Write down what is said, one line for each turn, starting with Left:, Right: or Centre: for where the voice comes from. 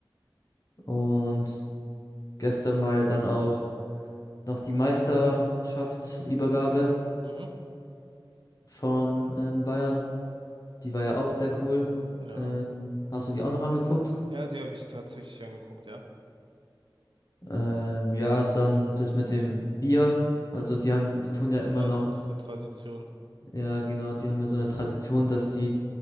Left: Und gestern war ja dann auch noch die Meisterschaftsübergabe
Right: Mhm.
Left: von ähm, Bayern. Die war ja auch sehr cool.
Right: Ja.
Left: Ähm, hast du die auch noch angeguckt?
Right: Ja, die habe ich tatsächlich angeguckt, ja.
Left: Ähm, ja, dann das mit dem Bier. Also die haben, die tun ja immer
Right: Ja,
Left: noch,
Right: so diese Tradition.
Left: ja genau, die haben ja so eine Tradition, dass sie